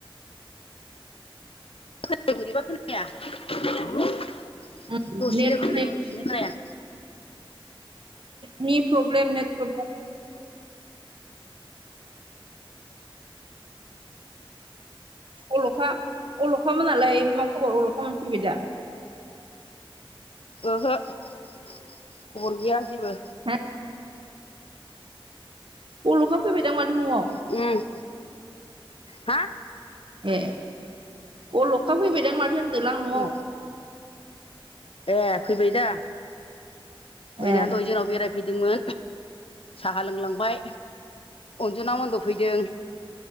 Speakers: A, on the left (about 80°); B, on the right (about 65°).
A: खोनाया बोरैबा खोनाया
B: उम
A: दसेनो
B: नेट
A: खोनायो
B: नेट
A: दसेनो खोनाया।
B: ने प्रब्लेम ने प्रब अल'खा अल'खामोनालाय मा खबर अल'खामोन फैबाय दा।
A: ओहो अर गैया जेबो
B: हा बर'खा फैबाय दां माथो न'आव?
A: उम हा
B: ए अल'खा फैबायदां माथो होनदोलांं न'आव
A: उम ए फैबाय दा फैनानै
B: ए
A: दह जोंनाव बेरायबायबाय फैदोंमोन साहा लोंलांबाय अनजना मोनबो फैदों